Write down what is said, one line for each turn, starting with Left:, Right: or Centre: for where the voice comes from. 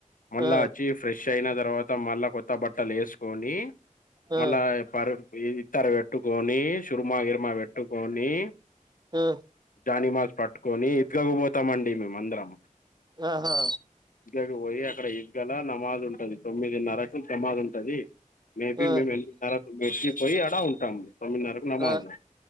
Left: మళ్ళా
Right: ఆ
Left: వచ్చి ఫ్రెష్ ఫేష్ అయిన తర్వాత మళ్ళా కొత్త బట్టలు ఎసుకొని
Right: ఆ
Left: మళ్ళా పర్ థార్ పెట్టుకొని సుర్మాగిర్మా గాట్టుకొని
Right: ఆ
Left: అనిమాస్ పట్టుకొని ఇంట్లకు పోతామండి మేమందరం
Right: ఆహా
Left: కపోయి అక్కడ ఇదగల నమాజ్ ఉంటది తొమ్మిదిన్నరకు నమాజ్ ఉంటది మేబి
Right: ఆ
Left: మేము <unintelligible> పోయి అడ ఉంటాము తొమ్మిదిన్నరకు నమాజు
Right: ఆ